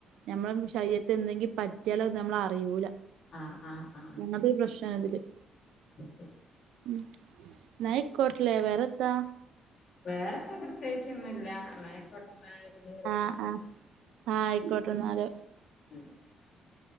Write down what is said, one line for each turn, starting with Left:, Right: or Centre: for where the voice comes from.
Right: <unintelligible> എന്തെങ്കി പറ്റിയാലോ നമ്മള അറിയൂല
Left: ആ ആ ആ
Right: <unintelligible>
Left: <inaudible>
Right: <unintelligible> <unintelligible> വേറെ എത്താ
Left: <unintelligible> വിളിക്കണ്ട്
Right: ആ ആ ആ ആയിക്കോട്ടെ ട്ട ന്നാൽ
Left: <inaudible>